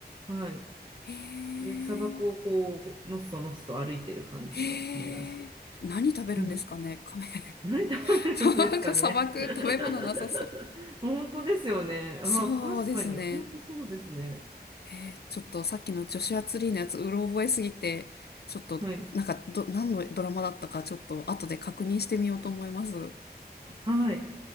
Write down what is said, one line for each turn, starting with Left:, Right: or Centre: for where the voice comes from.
Right: はい。
Left: へ
Right: で砂漠をこう、
Left: ー。
Right: のっそのっそ歩いてる感じのカメらしい。
Left: へえ、何食べるんですかね、
Right: うん。
Left: <laughs> カメ。
Right: 何食べるんですかね。
Left: <laughs> なんか砂漠、
Right: <laughs>
Left: 食べ物なさそう。
Right: 本当ですよね。あ、
Left: そうですね。
Right: 確かに、本当そうですね。
Left: えー、ちょっとさっきの女子アツリーのやつ、うろ覚えすぎて、ちょっと、
Right: はい。
Left: なんか、ど、何のドラマだったか、ちょっと後で確認してみようと思います。
Right: はい。